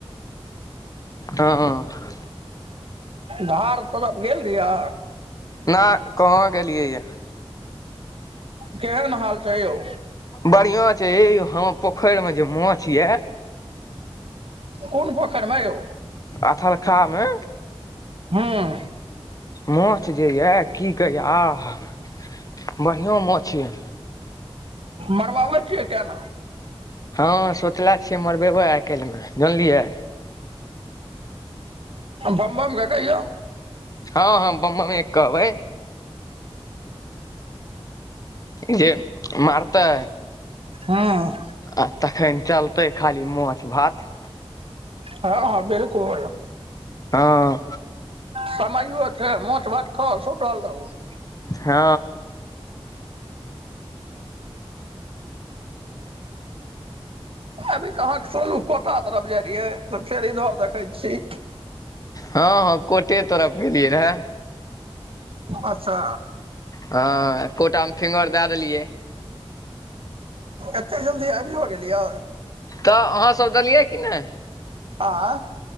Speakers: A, on the left; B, on the right.
A: हँ।
B: धार तरब गेल रियै?
A: नैय कहाँ गेलियै य।
B: केहेन हाल छैय यौ?
A: बढ़ियां छै हे यौ हमऽ पोखरि में जे माछ य
B: कोन पोखरिमें यौ?
A: अथलखामे
B: उम्म।
A: माछ जे यऽ की कहैय आहा बढ़ियाँ माछ यऽ।
B: मरबाबै छियै किये ने
A: हँ सोचले छियै मरबेबै आइ काल्हिमें जनलियै
B: बम बम लगैये।
A: हँ हँ बम बमे कहबै। जेे मारतै
B: हँ।
A: आ तखैन चलतै खाली माछ भात।
B: हँ हँ बिलकुल।
A: हँ
B: समैयो छै मौस भात खौ सुतल रहू।
A: हँ।
B: अभी तऽ अहाँके सोनू कोटा तरफ जाय रहियै तऽ फेर इधर देखै छी।
A: हँ कोटे तरफ गेलियै रहे।
B: अच्छा।
A: हँ कोटामे फिंगर दए देलियै।
B: एते जल्दी आबियो गेलियै।
A: तऽ अहाँसभ देलियै कि नै।
B: आंय।